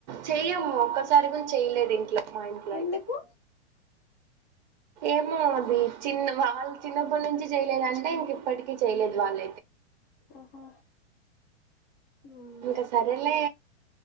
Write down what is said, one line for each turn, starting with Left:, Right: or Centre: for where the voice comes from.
Right: చెయ్యము ఒక్కసారి కూడా చెయలేదు ఇంట్లో మా ఇంట్లో
Left: ఎందుకు
Right: అయితే ఏమో అది చిన్న వాళ్ళు చిన్నప్పటి నుంచి చేయలేదు అంటే ఇంక ఇప్పటికీ చేయలేదు వాళ్ళ
Left: ఓహో మ్మ్
Right: ఇంకా సరేలే